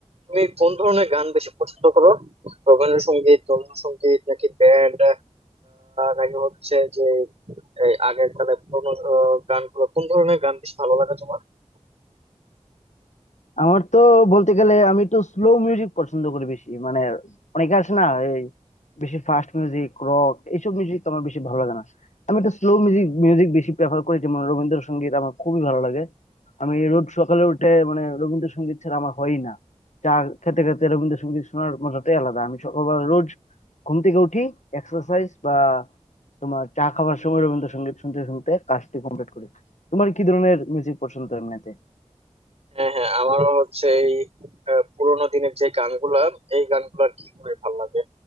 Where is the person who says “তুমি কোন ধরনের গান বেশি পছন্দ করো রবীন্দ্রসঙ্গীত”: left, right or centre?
Right